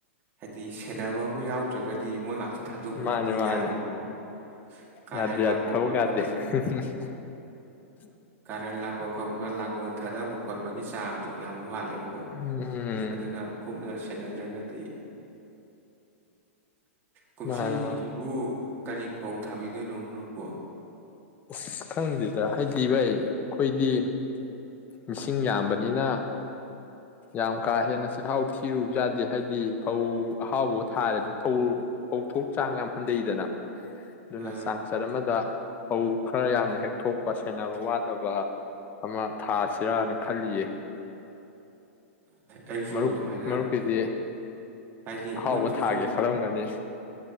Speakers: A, on the right; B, on the left.
A: ꯍꯥꯏꯗꯤ ꯁꯦꯟꯅꯕ ꯑꯃ ꯌꯥꯎꯗ꯭ꯔꯒꯗꯤ ꯃꯣꯏ ꯉꯥꯛꯇ ꯊꯥꯗꯣꯛꯄꯗꯨꯗꯤ
B: ꯃꯥꯅꯦ ꯃꯥꯅꯦ
A: ꯌꯥꯗꯦꯕꯀꯣ ꯀꯥꯔꯜ
B: ꯌꯥꯗꯦ
A: ꯂꯥꯛꯄ
B: <unintelligible>
A: ꯈꯣꯠꯄ ꯀꯥꯔꯟ ꯂꯥꯛꯄ ꯈꯣꯠꯄ ꯂꯥꯡꯒꯣꯜ ꯊꯥꯗꯕ ꯈꯣꯠꯄꯒꯤ ꯆꯥꯡꯗꯣ ꯌꯥꯝ ꯋꯥꯠꯂꯦ ꯕꯀꯣ
B: ꯎꯝ
A: ꯑꯗꯨꯅ ꯀꯨꯞꯅ ꯁꯦꯅꯗ꯭ꯔꯒꯗꯤ ꯀꯨꯝꯁꯤꯁꯤꯕꯨ
B: ꯃꯥꯅꯦ ꯃꯥꯅꯦ
A: ꯀꯔꯤ ꯐꯧ ꯊꯥꯕꯤꯗꯣꯏꯅꯣ ꯃꯔꯨꯞꯄꯣ
B: ꯑꯁ ꯈꯪꯗꯦꯗ ꯍꯥꯏꯗꯤ ꯚꯥꯏ ꯑꯩꯈꯣꯏꯗꯤ ꯃꯤꯁꯤꯡ ꯌꯥꯝꯕꯅꯤꯅ ꯌꯥꯝ ꯀꯥ ꯍꯦꯟꯅ ꯆꯤꯜꯍꯥꯎ ꯊꯤꯔꯨꯕ ꯌꯥꯗꯦ ꯍꯥꯏꯕꯗꯤ ꯐꯧ ꯑꯍꯥꯎꯕꯥ ꯊꯥꯔꯗꯤ ꯐꯧ ꯐꯧꯊꯣꯛ ꯆꯥꯡ ꯌꯥꯝ ꯍꯟꯊꯩꯗꯅ ꯑꯗꯨꯅ
A: ꯑꯝ,
B: ꯆꯥꯡꯆꯠ ꯑꯃꯗ ꯐꯧ ꯈꯔ ꯌꯥꯝꯅ ꯍꯦꯛ ꯊꯣꯛꯄ ꯁꯦꯟꯅꯕ ꯋꯥꯗꯕ ꯑꯃ ꯊꯥꯁꯤꯔꯥꯅ ꯈꯜꯂꯤꯌꯦ
A: ꯑꯩꯁꯨ
B: ꯃꯔꯨꯞ
A: ꯑꯗꯨꯃꯥꯏꯅ
B: ꯃꯔꯨꯞꯀꯤꯗꯤ
A: ꯍꯥꯏꯗꯤ ꯑꯩꯈꯣꯏꯗꯨꯁꯨ
B: ꯑꯍꯥꯎꯕ ꯊꯥꯒꯦ ꯈꯜꯂꯝꯒꯅꯤ